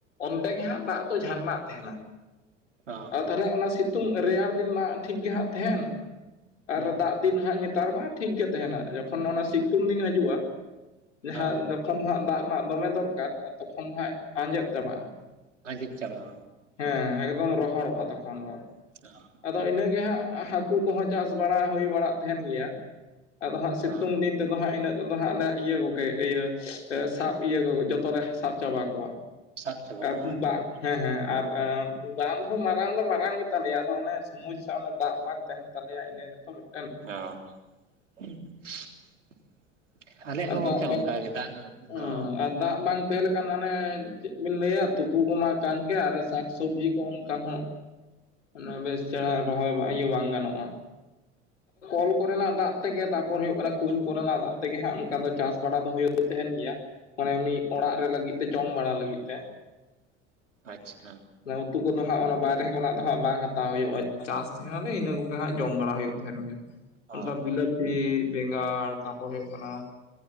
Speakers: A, on the left; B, on the right.
A: ᱚᱱᱛᱮ ᱜᱮ ᱦᱟᱸᱜ ᱫᱟᱜ ᱫᱚ ᱡᱷᱟᱨᱱᱟᱜ ᱛᱟᱦᱮᱱᱟ᱾
B: ᱦᱚ
A: ᱛᱟᱦᱞᱮ ᱚᱱᱟ ᱥᱤᱛᱩᱝ ᱨᱮᱭᱟᱲ ᱫᱤᱱ ᱢᱟ ᱴᱷᱤᱠ ᱜᱮ ᱦᱟᱸᱜ ᱛᱟᱦᱮᱱ
B: ᱦᱩᱸ
A: ᱟᱨ ᱫᱟᱜ ᱫᱤᱱ ᱦᱟᱸᱜ ᱧᱮᱛᱟᱨ ᱢᱟ ᱴᱷᱤᱠ ᱜᱮ ᱛᱟᱦᱮᱱᱟ ᱡᱚᱠᱷᱚᱱ ᱚᱱᱟ ᱥᱤᱛᱩᱝ ᱫᱤᱱ ᱦᱤᱡᱩᱜᱼᱟ ᱡᱟᱦᱟᱸ
B: ᱚ
A: ᱡᱚᱠᱷᱚᱱ ᱦᱟᱸᱜ ᱫᱟᱜ ᱨᱮᱱᱟᱜ ᱫᱚᱢᱮ ᱫᱚᱨᱠᱟᱨ ᱟ ᱛᱚᱠᱷᱚᱱ ᱦᱟᱸᱜ ᱟᱸᱡᱮᱫ ᱪᱟᱵᱟᱜᱼᱟ᱾
B: ᱟᱸᱡᱮᱫ ᱪᱟᱵᱟᱜᱼᱟ᱾
A: ᱦᱮᱸ ᱮᱠᱫᱚᱢ ᱨᱚᱦᱚᱲᱚᱜᱼᱟ ᱛᱚᱠᱷᱚᱱ ᱫᱚ᱾
B: <inaudible>
A: ᱟᱫᱚ ᱤᱱᱟᱹᱜ ᱜᱮ ᱦᱟᱸᱜ ᱦᱟᱹᱠᱩ ᱠᱚᱦᱚᱸ ᱪᱟᱥ ᱵᱟᱲᱟ ᱦᱩᱭ ᱵᱟᱲᱟᱜ ᱛᱟᱦᱮᱱ ᱜᱮᱭᱟ ᱟᱫᱚ ᱦᱟᱸᱜ ᱥᱤᱛᱩᱝ
B: ᱚ
A: ᱫᱤᱱ ᱛᱮᱫᱚ ᱦᱟᱸᱜ ᱤᱱᱟᱹᱜ ᱛᱮᱫᱚ ᱦᱟᱸᱜ ᱱᱟ ᱤᱭᱟᱹ ᱠᱚᱜᱮ ᱤᱭᱟᱹ ᱥᱟᱵ ᱤᱭᱟᱹ ᱠᱚ ᱡᱚᱛᱚ ᱞᱮ ᱥᱟᱵ ᱪᱟᱵᱟ ᱠᱚᱣᱟ᱾
B: ᱥᱟᱵ
A: <unintelligible>
B: ᱪᱟᱵᱟ ᱚ
A: ᱦᱮᱸ ᱦᱮᱸ ᱟᱨ ᱵᱟᱸᱫᱷ ᱦᱚᱸ ᱢᱟᱨᱟᱝ ᱫᱚ ᱢᱟᱨᱟᱝ ᱜᱮ, ᱛᱟᱞᱮᱭᱟ ᱟᱫᱚ ᱚᱱᱮ ᱥᱚᱢᱚᱥᱥᱟ ᱚᱱᱮ ᱫᱟᱜ ᱵᱟᱝ ᱛᱟᱦᱮᱱ ᱛᱟᱞᱮᱭᱟ ᱤᱱᱟᱹ ᱜᱮᱛᱚ ᱢᱤᱫᱴᱮᱱ,
B: <unintelligible> ᱟᱞᱮ
A: ᱫᱟᱜ
B: ᱦᱚᱸ ᱜᱚᱝᱠᱮ
A: ᱵᱟᱝ
B: ᱚᱱᱠᱟ ᱜᱮ ᱫᱟᱜ ᱨᱮᱱᱟᱜ
A: ᱦᱮᱸ
B: ᱫᱚ,
A: ᱟᱨ ᱫᱟᱜ ᱵᱟᱝ ᱛᱟᱦᱮᱸ ᱞᱮ ᱠᱷᱟᱱ ᱚᱱᱮ ᱪᱮᱫ ᱵᱤᱱ ᱞᱟᱹᱭᱟ ᱛᱩᱯᱩ ᱠᱚᱢᱟ ᱠᱟᱱ ᱜᱮ ᱟᱨ ᱥᱟᱠ ᱥᱚᱵᱽᱡᱤ ᱠᱚ ᱚᱱᱠᱟ ᱦᱚᱸ, ᱚᱱᱟ ᱵᱮᱥ ᱪᱮᱨᱦᱟ ᱨᱚᱦᱚᱭ ᱤᱭᱟᱹ ᱵᱟᱝ ᱜᱟᱱᱚᱜ-ᱟ᱾ ᱠᱚᱞ ᱠᱚᱨᱮᱱᱟᱜ ᱫᱟᱜ ᱛᱮᱜᱮ ᱛᱟᱨᱯᱚᱨᱮ ᱦᱳᱭᱳᱜ ᱠᱟᱱᱟ ᱠᱩᱧ ᱠᱚᱨᱮᱱᱟᱜ ᱫᱟᱜ ᱛᱮᱜᱮ ᱦᱟᱸᱜ ᱚᱱᱠᱟ ᱫᱚ ᱪᱟᱥ ᱵᱟᱲᱟ ᱫᱚ ᱦᱩᱭᱩᱜ ᱛᱟᱦᱮᱱ ᱜᱮᱭᱟ᱾ ᱢᱟᱱᱮ ᱮᱢᱱᱤ ᱚᱲᱟᱜ ᱨᱮ ᱞᱟᱹᱜᱤᱫ ᱛᱮ ᱡᱚᱢ ᱵᱟᱲᱟ ᱞᱟᱹᱜᱤᱫ ᱛᱮ᱾
B: ᱟᱪᱪᱷᱟ᱾
A: ᱩᱛᱩ ᱠᱚᱫᱚ ᱦᱟᱸᱜ ᱚᱱᱟ ᱵᱟᱭᱨᱮ ᱫᱚ ᱦᱟᱸᱜ ᱵᱟᱝ ᱦᱟᱛᱟᱣ ᱦᱩᱭᱩᱜᱼᱟ ᱪᱟᱥ ᱛᱟᱦᱮᱸᱱᱟᱞᱮ ᱤᱱᱟᱹ ᱠᱚᱜᱮ ᱦᱟᱸᱜ ᱡᱚᱢ ᱵᱟᱲᱟ ᱦᱩᱭᱩᱜ ᱛᱟᱦᱮᱱ ᱜᱮᱭᱟ ᱚᱱᱠᱟ
B: ᱚ ᱚ
A: ᱵᱤᱞᱟᱹᱛᱤ ᱵᱮᱸᱜᱟᱲ ᱛᱟᱨᱯᱚᱨ ᱦᱩᱭᱩᱜ ᱠᱟᱱᱟ